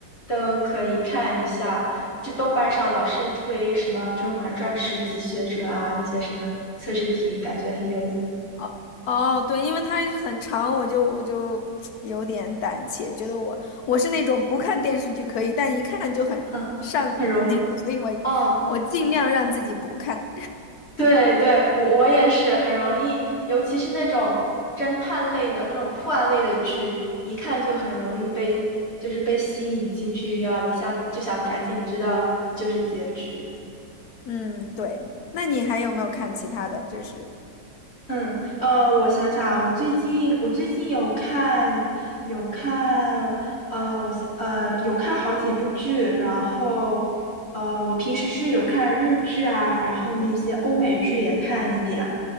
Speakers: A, on the left (about 35°); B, on the left (about 65°).
A: 都可以看一下。就豆瓣上老是推什么《甄嬛传》十级学者啊，那些什么测试题，感觉很有意思。
B: 哦哦，对，因为它很长，我就我就有点胆怯，觉得我我是那种不看电视剧可以，但一看就很上瘾的那种，
A: 嗯。很容易，
B: 所以我
A: 嗯，
B: 我尽量让自己不看。
A: 对对，我我也是很容易，尤其是那种侦探类的那种破案类的剧，一看就很容易被就是被吸引进去，要一下就想赶紧知道就是结局。
B: 嗯，对。那你还有没有看其他的？就是
A: 嗯，呃，我想想啊，我最近我最近有看有看，呃，我想呃有看好几部剧，然后呃，我平时是有看日剧啊，然后那些欧美剧也看一点，